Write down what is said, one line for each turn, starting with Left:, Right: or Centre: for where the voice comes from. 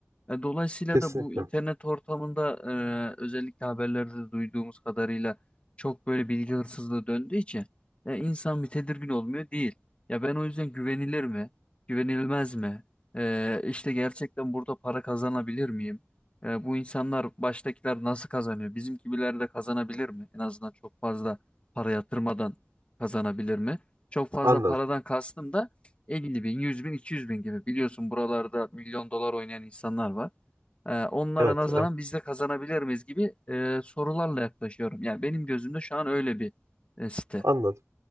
Left: E, Dolayısıyla
Right: Kesinlikle.
Left: da bu internet ortamında e, özellikle haberlerde duyduğumuz kadarıyla çok böyle bilgi hırsızlığı döndüğü için ya insan bir tedirgin olmuyor değil. Ya ben o yüzden güvenilir mi? Güvenilmez mi? Ee, işte gerçekten burada para kazanabilir miyim? Ee, bu insanlar baştakiler nasıl kazanıyor? Bizim gibiler de kazanabilir mi? En azından çok fazla para yatırmadan kazanabilir mi? Çok fazla
Right: Anladım.
Left: paradan kastım da 50 bin, 100 bin, 200 bin gibi. Biliyorsun buralarda milyon dolar oynayan insanlar var. Ee, onlara
Right: Evet,
Left: nazaran
Right: evet.
Left: biz de kazanabilir miyiz gibi e, sorularla yaklaşıyorum. Yani benim gözümde şu an öyle bir e, site.
Right: Anladım.